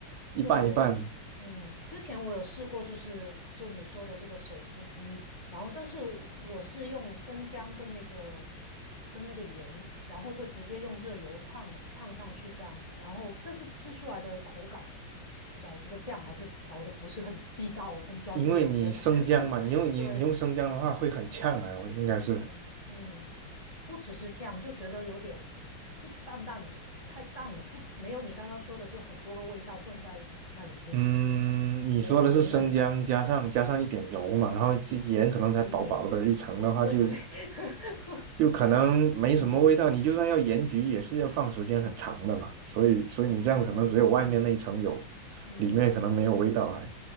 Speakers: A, on the right; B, on the left.
A: 一拌一拌，
B: 对，嗯，之前我有试过，就是就你说的这个手撕鸡，然后但是我是用生姜跟那个跟那个盐，然后就直接用热油烫烫上去这样子，然后但是吃出来的口感，不知道这个酱还是调的不是很地道跟专业，
A: 因为你生姜嘛，
B: 我觉得，<laughs>
A: 你用你你用生姜的话会很呛啊，
B: 对，嗯。
A: 我应该是。
B: 嗯嗯，不只是呛，就觉得有点就淡淡的，太淡了，不，没有你刚刚说的，就很多个味道混在那里面，
A: 嗯，你说的是生姜加上加上一点油嘛，
B: 没有回味感
A: 然后这盐可能才薄薄的一层的话就，
B: 跟盐。对对，<laughs>
A: 就可能没什么味道。
B: 嗯，
A: 你就算要盐焗，也是要放时间很长的嘛。所以，所以你这样可能只有外面那一层有，
B: 嗯，哦，这样子，嗯。
A: 里面可能没有味道还。